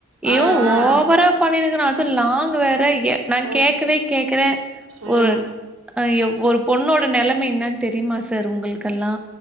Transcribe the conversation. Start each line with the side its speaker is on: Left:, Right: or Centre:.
Right: ஆ
Centre: இவ
Right: ஆ
Centre: ஓவரா பண்ணிணுகுறா அது லாங்கு வேற எ நா
Right: ஆ
Centre: கேக்கவே கேக்கறே
Right: ம்
Centre: ஒருன் அ யொ ஒரு பொண்ணோட நெலம என்னன் தெரிமா சார் உங்குள்க்கல்லா